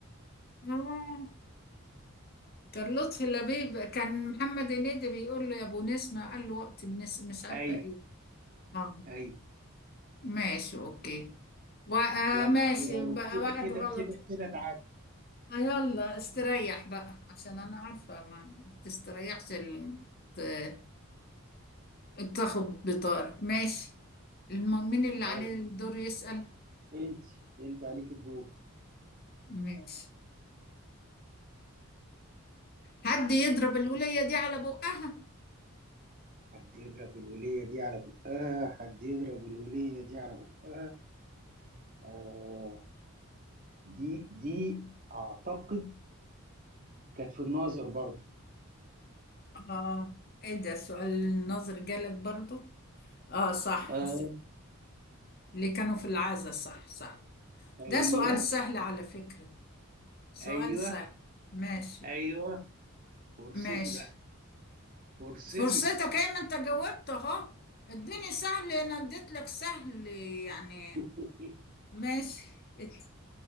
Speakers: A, on the left; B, on the right.
A: آه. كان لطفي لبيب كان محمد هنيدي بيقول له يا ابو نسمة قال له وقت الناس مش عارفة
B: اي
A: ايه اه
B: اي
A: ماشي اوكي و- آه،
B: يلا
A: ماشي
B: دور عليك
A: بقى
B: كده
A: واحد
B: كده
A: غلط
B: كده كده تعادل
A: آه، يلا استريح بقى عشان انا عارفة ما تستريحش اللي ت- تاخد بطارك ماشي الم... مين اللي
B: يلا
A: عليه الدور يسأل
B: انت انت عليك الدور
A: ماشي حد يضرب الولية دي على بقها
B: حد يضرب الولية دي على بقها حد يضرب الولية دي على بقها آه دي دي أعتقد كانت في الناظر برضه
A: اه ايه ده سؤال النظر جالك برضو اه صح
B: آه
A: صح. اللي كانوا في العزا صح صح
B: أيوه
A: ده سؤال سهل على فكرة سؤال
B: أيوه
A: سهل ماشي
B: أيوه فرصتي
A: ماشي
B: بقى فرصتي
A: فرصتك ايه ما انت جاوبت اهو اديني سهل انا اديت لك سهل يعني
B: <laughs>
A: ماشي اد-